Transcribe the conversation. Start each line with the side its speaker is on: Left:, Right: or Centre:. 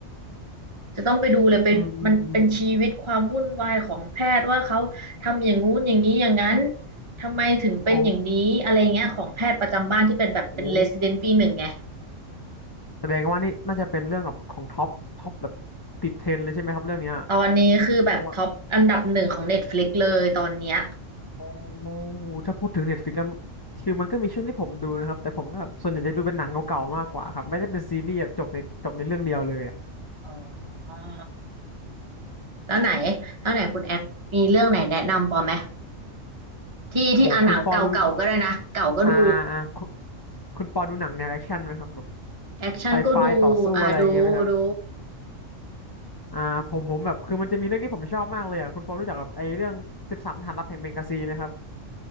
Right: จะต้องไปดูเลยเป็นมันเป็นชีวิตความวุ่นวายของแพทย์ว่าเขาทำอย่างงู้นอย่างนี้อย่างนั้น
Left: อืมอืมอืม
Right: ทำไมถึงเป็นอย่างนี้อะไรเงี้ยของแพทย์ประจำบ้านที่เป็นแบบเป็นเรซิเดนต์ปีหนึ่งไง
Left: อ๋อโอ้แสดงว่านี่น่าจะเป็นเรื่องกับของท็อปท็อปแบบติดเทรนด์เลยใช่ไหมครับเรื่องเนี้ย
Right: ตอนนี้คือแบบท็อปอันดับหนึ่งของ
Left: เพราะว่า
Right: Netflix เลยตอนเนี้ย
Left: โอถ้าพูดถึงเน็ตฟิกแล้วคือมันก็มีช่วงที่ผมดูนะครับแต่ผมก็แบบส่วนใหญ่จะดูเป็นหนังเก่าๆมากกว่าครับไม่ได้เป็นซีรีส์แบบจบในจบในเรื่องเดียวเลยอะ
Right: อ๋อแล้วไหนแล้วไหนคุณแอคมีเรื่องไหนแนะนำปอไหมที่ที่อ่าหนังเก่าๆก็ได้นะเก่าก็ดู
Left: โอ้คุณปอดูอ่าอ่าอ่าคุณคุณปอดูหนังแนวแอคชั่นไหมครับแบบ
Right: แอคชั่นก็ดูอ่าดูดู
Left: ไซไฟต่อสู้อะไรอย่างเงี้ยไหมครับ อ่าผมผมแบบคือมันจะมีเรื่องที่ผมชอบมากเลยอ่ะคุณปอรู้จักกับไอ้เรื่องสิบสามทหารลับแห่งเบงกาซีไหมครับ